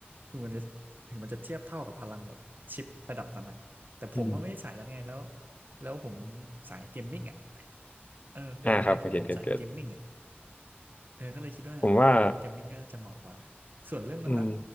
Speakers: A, on the right (about 50°); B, on the left (about 35°).
A: คือมันจะถึงมันจะเทียบเท่ากับพลังแบบชิประดับนั้นอะแต่ผมอะไม่ได้สายนั้นไงแล้ว
B: อืม
A: แล้วผมสายเกมมิ่งอะเออประเด็นเลยคือผมสายเกมมิ่งอะ
B: อ่าครับเก็ตเก็ตเก็
A: เออก็เลยคิดว่าเออโน้ตบุ๊กเกมมิ่งก็น่าจะเหมาะกว่า
B: ผมว่า
A: ส่วนเรื่องน้ำหนัก
B: อืม